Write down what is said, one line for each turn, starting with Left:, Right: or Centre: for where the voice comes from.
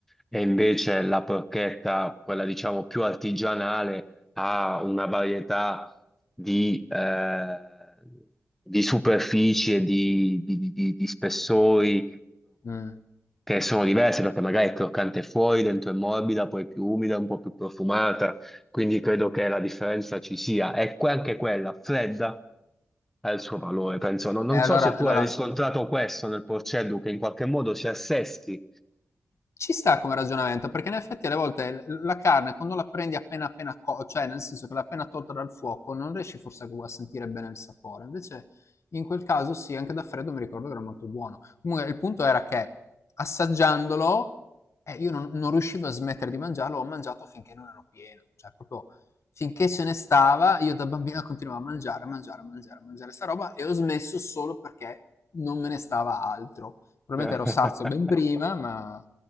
Centre: e invece la porchetta, quella diciamo più artigianale, ha una varietà di, eh, di superfici e di, di di- di- di spessori
Left: mh.
Centre: che sono diverse perché magari è croccante fuori, dentro è morbida, poi è più umida, un po' più profumata, quindi credo che la differenza ci sia. E que- anche quella fredda ha il suo valore, penso. Non, non
Left: E allora
Centre: so se tu
Left: e allora
Centre: hai riscontrato questo nel Porceddu, che in qualche modo si assesti.
Left: Ci sta come ragionamento, perché in effetti alle volte l- la carne quando la prendi appena appena co- cioè nel senso che l'hai appena tolta dal fuoco, non riesci forse a a sentire bene il sapore. Invece in quel caso sì, anche da freddo mi ricordo che era molto buono. Comunque il punto era che assaggiandolo eh, io non, non riuscivo a smettere di mangiarlo, ho mangiato finché non ero pieno, cioè proprio finché ce ne stava, io da bambina continuavo a mangiare, a mangiare, a mangiare, a mangiare sta roba e ho smesso solo perché non me ne stava altro. Probabilmente
Centre: <laughs> Aspetta.
Left: ero sazio ben prima, ma